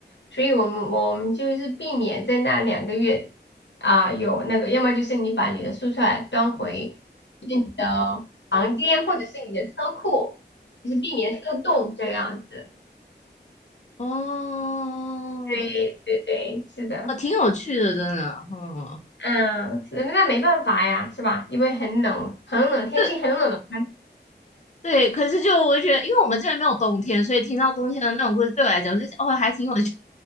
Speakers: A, on the left; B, on the left.
A: 所以我们我们就是避免在那两个月啊、有那个，要么就是你把你的蔬菜端回就是你的房间或者是你的车库，就是避免受冻这样子。
B: 哦，
A: 对对对，是的。
B: 哦，挺有趣的，真的，嗯。
A: 嗯，那没办法呀，是吧？因为很冷，很冷，天气很冷的话，
B: 对对，可是就我觉得，因为我们这边没有冬天，所以听到冬天的那种故事，对我来讲就是哦，还挺有趣